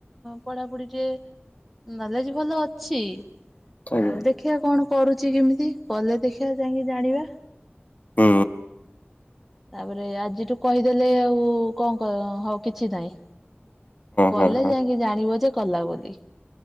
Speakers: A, in the centre; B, on the left.
A: ପଢାପ ପୁଢ଼ି ଟିକେ ନଲେଜ ଭଲ ଅଛି
B: ଆଜ୍ଞା
A: ଆଉ ଦେଖିବା କଣ କରୁଛି କେମିତି କଲେ ଦେଖିବା ଯାଇକି ଜାଣିବା।
B: ହୁଁ।
A: ତାପରେ ଆଜିଠୁ କହିଦେଲେ ଆଉ କଣ ହଉ କିଛି ନାହିଁ। କଲେ
B: ହଁ ହଁ ହଁ।
A: ଯାଇକି ଜାଣିବ ଯେ କଲା ବୋଲି।